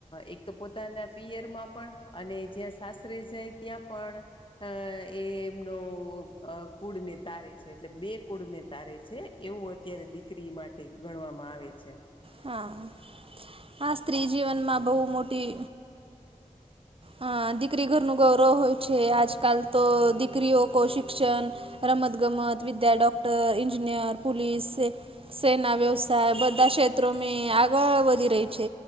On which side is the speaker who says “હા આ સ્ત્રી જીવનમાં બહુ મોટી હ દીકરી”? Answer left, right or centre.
Right